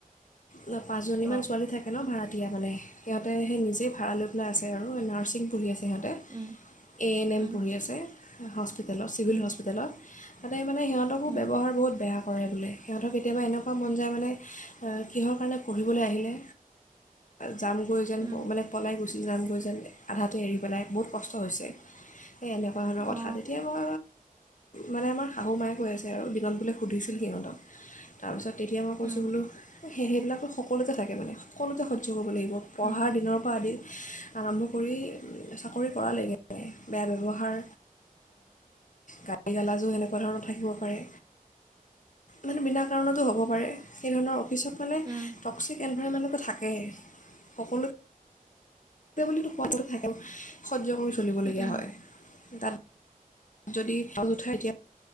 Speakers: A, on the left; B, on the right.
A: ন পাঁচজনীমান
B: অ
A: ছোৱালী থাকে ন ভাৰত। এতিয়া মানে সিহঁতে সাই নিজেই ভাবি লৈ পেলাই আছে আৰু নাৰ্চিং পঢ়ি আছে সিহঁত।
B: উম
A: এ ম-ম
B: উম
A: পঢ়ি আছে। হস্পিটেলত চিভিল
B: উম
A: হস্পিটেলত। তাতে মানে সিহঁতকো
B: উম
A: বব্যৱহাৰ বহুত বেয়া কৰে। কৰে বোলে সিহঁতৰ কেতিয়াবা এনেকুৱা মন জাই মানে কিহৰ কাৰণে পঢ়িবলৈ আহিলে। যামগৈ যেন
B: উম
A: মানে পলাই গৈ গুচি যাম গৈ যান অধতাই এৰি পেলাই বহুত কষ্ট হৈছে এই এনেকুৱা আৰু
B: অ
A: কথা তেতিয়া মই মানে মই শাহু মায় কৈ আছে আৰু যম বুলি সুধিছিলোঁ সিহঁতৰ তাৰপিছত তেতিয়া মই কৈছোঁ
B: উম
A: বোলো সেই শয়ভিলকতে সকলোতে থাকে মানে সকলোতে স্পীজ কৰিব লাগিব। পোহৰ
B: উম
A: দিনৰ পৰা আদি। আৰম্ভ কৰি চাকৰি কৰালৈকে। বেয়া ব্যৱহাৰ গালি গালাজ যেনেকুৱা ধৰণাউৰ থাকিব পাৰে মানে বিনা কৰোঁতাও হব পাৰে সেইধৰণৰ পিছত মানে
B: উম
A: টোষিক এন প্ৰাই মানুহটো থাকেই সকলো <unintelligible> তেওঁক কৈ স্পীজ কৰি চলিবলগীয়া
B: উম, উম,
A: হয়। তাত। যদি তল উঠাই দিয়া